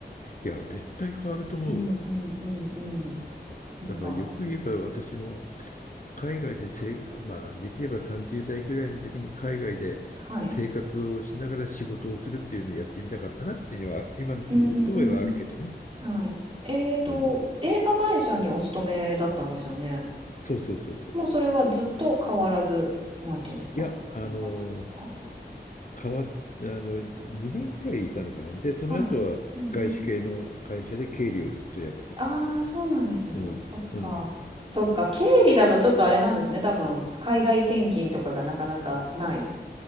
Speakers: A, on the left; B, on the right.
A: いや、絶対変わると思うわ。
B: うんうんうんうん。なんか、
A: だからよく言えば私も海外でせい、まあ、できれば30代くらいの時に海外で生活をしながら仕事をするっていうのをやってみたかったなっていうのは、
B: はい。
A: 今、
B: うんうん。
A: 一目はあるけどね。
B: はい。えーと、
A: うん。
B: 映画会社にお勤めだったんですよね。
A: そうそうそうそう。
B: もうそれはずっと変わらず、
A: い
B: なんていうんですか、
A: や、
B: お勤めだったんですか
A: あの、変わって、あの、2年ぐらいいたのかな。で、その後は外資系の会社で経理をずっとやってた。
B: はい。うんうん。ああ、そうなんですね。
A: うん。
B: そっか。
A: うん。
B: そっか。経理だとちょっとあれなんですね。多分、海外転勤とかがなかなかない。